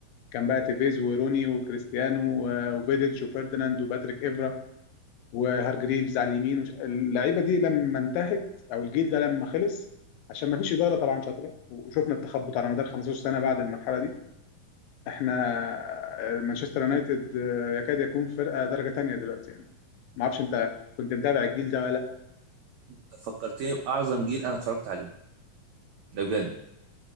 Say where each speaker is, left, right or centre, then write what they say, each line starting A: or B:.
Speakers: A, on the left (about 80°); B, on the right (about 80°).
A: كان بقى تيفيز وروني وكريستيانو و- وفيديتش وفيرديناند وباتريك إيفرا وهارجريفز على اليمين وش... اللعيبه دي لما انتهت او الجيل ده لما خلص عشان ما فيش اداره طبعا شاطره وشفنا التخبط على مدار 15 سنه بعد المرحله دي احنا آه، مانشستر يونايتد آه، يكاد يكون فرقه درجه تانية دلوقتي يعني ما اعرفش انت كنت متابع الجيل ده ولا لا
B: أنت فكرتني باعظم جيل انا اتفرجت عليه ده بجد